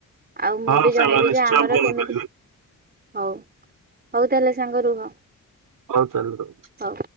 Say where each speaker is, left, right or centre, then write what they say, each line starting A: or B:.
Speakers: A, on the right; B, on the right.
A: ଆଉ ମୁଁ
B: ହଁ
A: ବି ଜଣେଇବି
B: ସାଙ୍ଗ ନିଶ୍ଚୟ
A: ଯେ ଆମର
B: ଫୋନ
A: କେମିତି
B: କରିବି
A: -ହଉ- ହଉ ତାହେଲେ ସାଙ୍ଗ ରୁହ।
B: ହଉ ତାହାହେଲେ <unintelligible>
A: ହଉ,